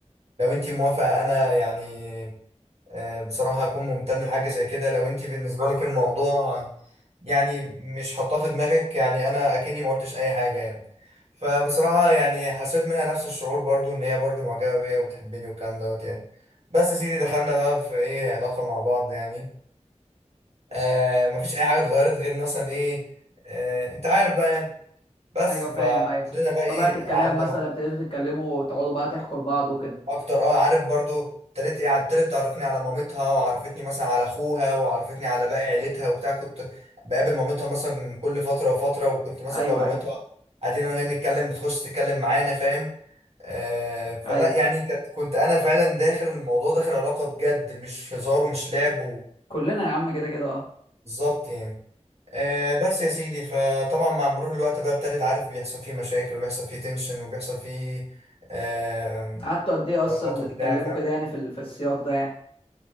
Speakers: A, on the right (about 60°); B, on the left (about 50°).
A: لو انت موافقه انا يعني آه، بصراحه هكون ممتن لحاجه زي كده لو انت بالنسبه لك الموضوع يعني مش حاطاه في دماغك يعني انا اكني ما قلتش اي حاجه يعني فبصراحه يعني حسيت منها نفس الشعور برضو ان هي برضو معجبه بيا وبتحبني والكلام دوت يعني بس يا سيدي دخلنا بقى في ايه علاقه مع بعض يعني آه مفيش اي حاجه اتغيرت غير مثلا ايه آه انت عارف بقى يعني بس
B: ايوه
A: فابتدينا
B: فاهم ايوه
A: بقى ايه
B: طبيعه الكلام
A: قعدنا
B: مثلا ابتديتوا تتكلموا وتقعدوا بقى تحكوا لبعض وكده
A: اكتر اه عارف برضو ابتديت ايه ابتدت تعرفني على مامتها وعرفتني مثلا على اخوها وعرفتني على باقي عيلتها وبتاع كنت بقابل مامتها مثلا كل فتره وفتره وكنت مثلا
B: ايوه
A: لو مامتها
B: ايوه
A: قاعدين انا وهي نتكلم بتخش تتكلم معانا فاهم آه فلا
B: ايوه
A: يعني كانت كنت انا فعلا داخل الموضوع داخل علاقه بجد مش هزار ومش لعب و-
B: كلنا يا عم كده كده اه
A: بالظبط يعني آه بس يا سيدي فطبعا مع مرور الوقت بقى ابتديت عارف بيحصل فيه مشاكل وبيحصل فيه تنشن وبيحصل فيه آه،
B: قعدتوا قد ايه
A: ورطه
B: اصلا بتتكلموا
A: بتاع فاهم
B: كده يعني في ال- في السياق ده يعني